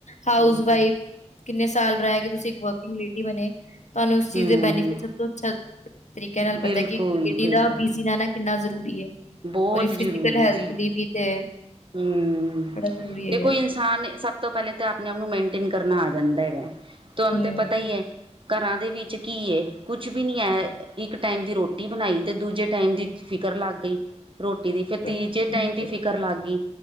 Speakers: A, on the left (about 80°); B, on the right (about 45°).
A: ਹਾਊਸ
B: ਹੂੰ
A: ਵਾਈਫ ਕਿੰਨੇ ਸਾਲ ਰੈ ਕੇ ਤੁਸੀਂ ਇੱਕ ਵਰਕਿੰਗ ਲੇਡੀ ਬਨੇ। ਤੁਆਨੂੰ ਇਸ ਚੀਜ਼
B: ਹੂੰ
A: ਦੇ ਬੈਨੀਫਿਟ ਸਭ ਤੋਂ ਅੱਛਾ ਤਰੀਕੇ ਨਾਲ ਪਤਾ
B: ਬਿਲਕੁਲ
A: ਕਿ ਇੱਕ ਲੇਡੀ
B: ਬਿਲਕੁਲ
A: ਦਾ ਬਿਜ਼ੀ ਰਹਿਨਾ ਕਿੰਨਾ ਜ਼ਰੂਰੀ ਏ,
B: ਬਹੁਤ
A: ਔਰ ਈ
B: ਜ਼ਰੂਰੀ
A: ਫਿਜ਼ੀਕਲ ਹੈਲਥ
B: ਹੈ ਜੀ
A: ਦੀ ਵੀ ਤੇ
B: ਹੂੰ,
A: ਬੜਾ ਜ਼ਰੂਰੀ ਹੈਗਾ,
B: ਦੇਖੋ ਇੰਸ ਹਾਂ ਨੀ ਸਭ ਤੋਂ ਪੈਲੇ ਤਾਂ ਆਪਨੇ ਆਪ ਨੂੰ ਮੇਨਟੇਨ ਕਰਨਾ ਆ ਜਾਂਦਾ ਹੈਗਾ ਤੁਆਨੂੰ
A: ਹੂੰ,
B: ਤੇ ਪਤਾ ਈ ਏ। ਘਰਾਂ ਦੇ ਵਿੱਚ ਕੀ ਏ ਕੁਛ ਵੀ ਨੀ ਐ ਇੱਕ ਟਾਈਮ ਦੀ ਰੋਟੀ ਬਨਾਈ ਤੇ ਦੂਜੇ ਟਾਈਮ ਦੀ ਫਿਕਰ ਲਗ ਗਈ ਰੋਟੀ ਦੀ ਫੇਰ ਤੀਜੇ
A: ਬਿਲਕੁਲ-ਬਿਲਕੁਲ,
B: ਟਾਈਮ ਦੀ ਫਿਕਰ ਲਾਗੀ।